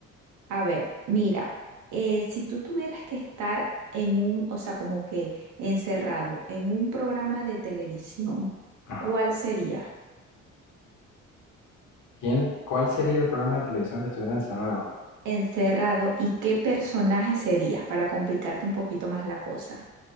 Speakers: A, on the right; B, on the left.
A: A ver, mira, eh, si tú tuvieras que estar en un, o sea, como que encerrado en un programa de televisión,
B: Ajá.
A: ¿cuál sería?
B: ¿Quién, cuál sería el programa de televisión que estuviera encerrado?
A: Encerrado y qué personaje serías para complicarte un poquito más la cosa.